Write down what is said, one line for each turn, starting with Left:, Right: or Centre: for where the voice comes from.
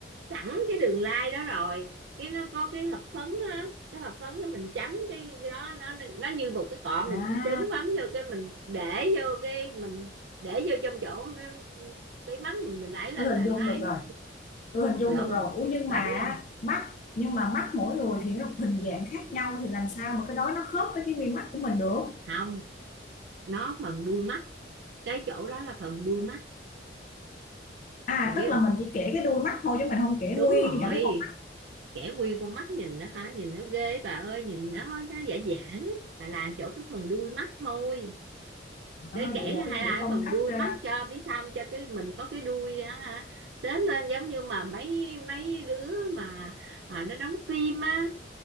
Right: sẵn cái đường lai đó rồi cái nó có cái hộp phấn á cái hộp phấn cái mình chấm cái cái đó nó nó như một cái cọ
Left: à
Right: mình trấn bấm vô cái mình để vô cái mình để vô trong chỗ cái mắng mình mình đẩy lên
Left: tôi hình
Right: là
Left: dung
Right: nó
Left: được
Right: ấy
Left: rồi tôi hình dung
Right: được
Left: được
Right: không
Left: rồi Ủa nhưng
Right: bà
Left: mà
Right: biết không
Left: mắt nhưng mà mắt mỗi người thì nó hình dạng khác nhau thì làm sao mà cái đó nó khớp với cái mi mắt của mình được
Right: không nó phần đuôi mắt cái chỗ đó là phần đuôi mắt
Left: à
Right: bà biết
Left: tức là
Right: không
Left: mình chỉ kể cái đuôi mắt thôi chứ mình không kể
Right: đúng
Left: nguyên
Right: rồi
Left: cả cái con mắt
Right: kẻ nguyên con mắt nhìn đó hả nhìn nó ghê bà ơi nhìn nó nó giả giả bà làm chỗ cái phần đuôi mắt thôi
Left: à,
Right: để kẻ
Left: vậy là cái
Right: hay
Left: kiểu
Right: là
Left: phong
Right: phần
Left: cách
Right: đuôi
Left: ờ,
Right: mắt cho biết sao cho cái mình có cái đuôi á hả xếp lên giống như mà mấy mấy đứa mà à, nó đóng phim á